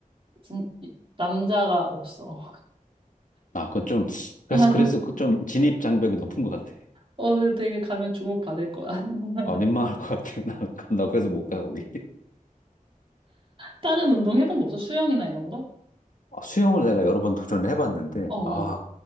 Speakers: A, on the right; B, on the left.
A: 진, 남자가 없어.
B: 아, 그건 좀, 그래서,
A: <laughs>
B: 그래서 그 좀 진입 장벽이 높은 것 같아.
A: 어, 그래서 되게 가면 주목받을 거야. <laughs>
B: 아, 민망할 것 같아. <laughs> 나는 간다. 그래서 못 가, 거기.
A: 다른 운동 해본 거 없어? 수영이나 이런 거?
B: 아, 수영을 내가 여러 번 도전을 해봤는데,
A: 어,
B: 아,
A: 어.